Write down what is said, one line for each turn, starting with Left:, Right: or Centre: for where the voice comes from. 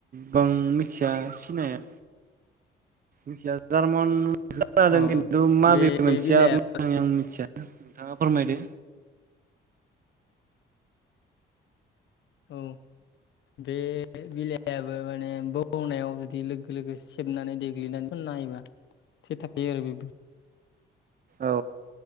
Right: गोबां मिथिया सिनाया मिथिया जार्मन खोनादों
Left: अ
Right: किन्थु माबे
Left: बे
Right: मोनसेया
Left: बिलाइआ
Right: मोजाङै आं मिथिया। नोंथाङा फोरमायदो।
Left: औ बे बिलाइाबो माने बौनायाव जुदि लोगो लोगो सेबनानै देग्लिनानै फोनाहोयोब्ला थै थाखायो आरो बेबो
Right: औ